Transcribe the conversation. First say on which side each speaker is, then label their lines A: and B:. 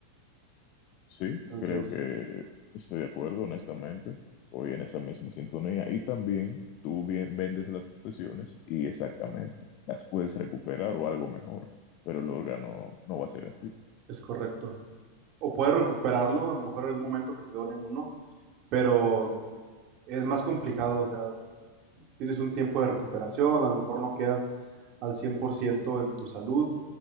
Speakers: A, on the left; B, on the right.
A: Sí,
B: Entonces,
A: creo que estoy de acuerdo, honestamente. Voy en esa misma sintonía. Y también tú bien, vendes las posesiones y exactamente las puedes recuperar o algo mejor, pero el órgano no va a ser así.
B: es correcto. O puedes recuperarlo, a lo mejor en algún momento que te donen uno, pero es más complicado, o sea, tienes un tiempo de recuperación, a lo mejor no quedas al 100% en tu salud.